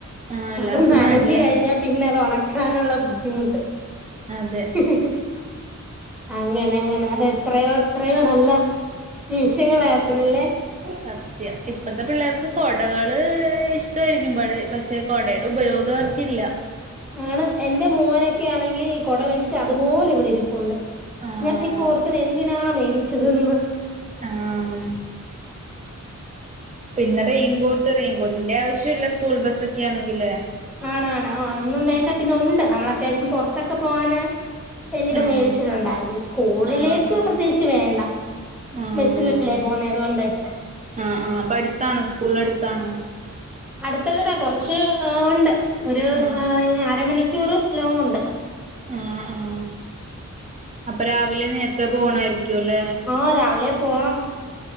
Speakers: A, on the right; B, in the centre.
A: ആഹ് എല്ലാർക്കും
B: അപ്പൊ നനഞ്
A: മടിയാണ്
B: കഴിഞ്ഞ പിന്നത് ഒണക്കാനുള്ള ബുദ്ധിമുട്ട്
A: അതെ
B: ഉം ഉം അങ്ങനങ്ങനെ അതെത്രയോ എത്രയോ നല്ല നിമിഷങ്ങളായിരുന്നല്ലേ
A: സത്യം ഇപ്പത്തെ പിള്ളേർക്ക് കൊട ടകള് ഇഷ്ടായിരിക്കും പട പക്ഷെ കൊടയുടെ ഉപയോഗവർക്കില്ല
B: ആണ് എന്റെ മോനൊക്കാണെങ്കി കൊട മേടിച്ച് അതുപോലെ ഇവിടെ ഇരിപ്പുണ്ട്
A: ആഹ്
B: ഞാനിപ്പോ ഓർക്കുന്നു എന്തിനാ മേടിച്ചതെന്ന്
A: ആഹ് പിന്നെ റെയിൻകോട്ട് റെയിൻകോട്ടിന്റെ ആവശ്യല്ല സ്കൂൾ ബസ്സൊക്കാണെങ്കി ലെ
B: ആണാണ് അതൊന്നും വേണ്ട പിന്നെ ഒണ്ട് നമ്മളത്യാവശ്യം പൊർത്തൊക്കെ പോവാന് വേണ്ടീട്ട്
A: ആഹ്
B: മേടിച്ചിട്ടൊണ്ടായിര്ന്നു സ്കൂളിലേക്ക്
A: ആഹ് ആഹ്
B: പ്രത്യേകിച്ച് വേണ്ട
A: ആഹ്
B: ബെസ്സിലല്ലേ പോന്നെ അതോണ്ടെ
A: ആഹ് ആഹ് അപ്പട്ത്താണോ സ്കൂളട്ത്താണോ
B: അട്ത്തല്ലടാ കൊറച്ച് ഒണ്ട് ഒരു
A: ആഹ്
B: അര മണിക്കൂറ് ലോങൊണ്ട്
A: ആഹ ആഹ അപ്പൊ രാവിലെ നേരത്തെ പോണായിരിക്കും അല്ലെ
B: ഓഹ് രാവിലെ പോണം